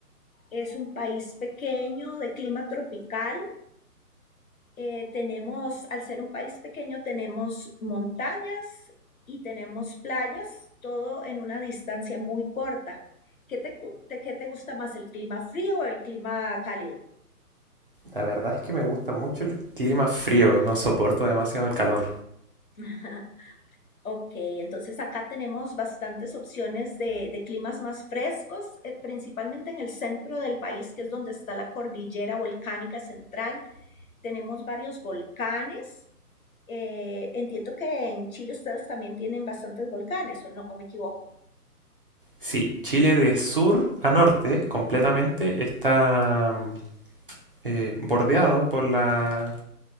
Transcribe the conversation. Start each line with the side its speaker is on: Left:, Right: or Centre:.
Left: Es un país pequeño de clima tropical. Eh, tenemos, al ser un país pequeño, tenemos montañas y tenemos playas, todo en una distancia muy corta. ¿Qué te, cu- te- qué te gusta más, el clima frío o el clima cálido?
Right: La verdad es que me gusta mucho el clima frío, no soporto demasiado el calor.
Left: <laughs> Ok, entonces acá tenemos bastantes opciones de, de climas más frescos, eh, principalmente en el centro del país, que es donde está la cordillera volcánica central. Tenemos varios volcanes. Eh, entiendo que en Chile ustedes también tienen bastantes volcanes, ¿o no? ¿O me equivoco?
Right: Sí, Chile de sur a norte completamente está mm, eh, bordeado por la